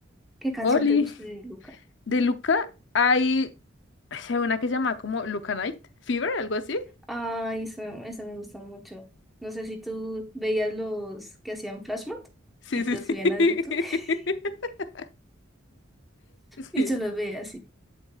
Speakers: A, in the centre; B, on the left.
A: ¿Qué canción
B: Oli,
A: te gusta de Luca?
B: de Luca hay, ay, hay una que se llama como Luca Night Fever, algo así.
A: Ay, esa, esa me gusta mucho. No sé si tú veías los que hacían Flashmob
B: Sí,
A: y
B: sí,
A: los
B: sí.
A: subían
B: <laughs>
A: a YouTube <laughs> y
B: Sí.
A: yo los veía así.